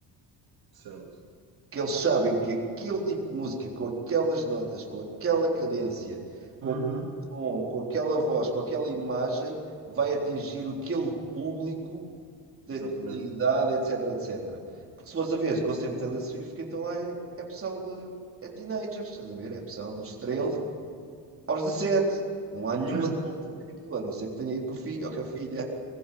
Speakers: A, on the right; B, on the right.
A: Certo.
B: que eles sabem que aquele tipo de música, com aquelas notas, com aquela cadência, com
A: Uhum,
B: aquele tom, com aquela voz, com aquela imagem, vai atingir aquele público daquela
A: exatamente.
B: idade, etc, etc. Porque se fores a ver esse concerto de Taylor Swift, que então lá é, é pessoal de, é teenagers, estás a ver? É pessoal dos treze
A: Claro,
B: aos 17. Não há nenhum
A: <coughs>
B: adulto a ver aquilo, a não ser que tenha ido com o filho ou com a filha.